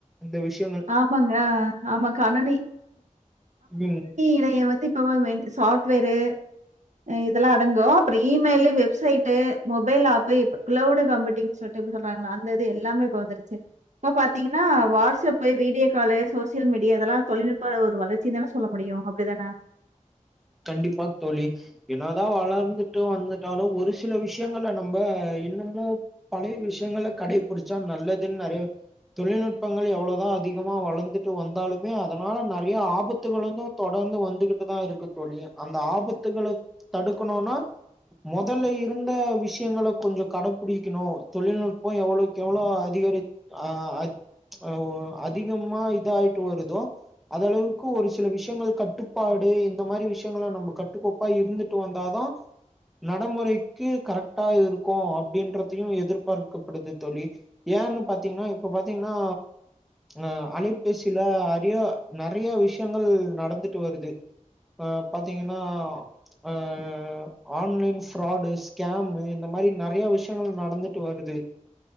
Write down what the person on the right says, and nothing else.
ஆமாங்க. ஆ ஆமா கணனி
இத ஏ இப்ப வந்து மெயின்டைன் சாஃப்ட்வேரு அ இதல்லா அடங்கு அப்பறோ இமெயிலு வெப்சைட்டு மொபைல் ஆப் இப்ப க்ளவுடு கம்ப்யூட்டிங் சொல்லி எப்டி சொல்றாங்கள அந்த இது எல்லாமே இப்ப வந்துருச்சுங் இப்ப பாத் தீங்ன்னா WhatsApp video call social media இதெல்லா தொழில்நுட்ப ஒரு வளர்ச் சி தானா சொல்ல முடியு அப்டிதானா